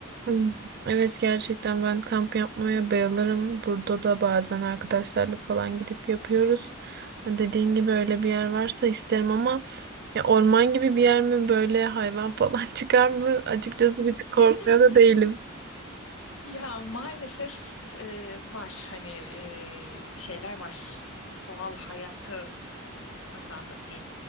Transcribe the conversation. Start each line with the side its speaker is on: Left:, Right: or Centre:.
Right: Hmm. Evet gerçekten ben kamp yapmaya bayılırım. Burada da bazen arkadaşlarla falan gidip yapıyoruz. Ha, Dediğin gibi öyle bir yer varsa isterim ama ya orman gibi bir yer mi böyle hayvan falan <laughs> çıkar mı? Açıkçası
Left: <laughs>
Right: bir de korkmuyor da değilim.
Left: Ya maalesef e, var hani e, şeyler var. Doğal hayatı nasıl anlatayım?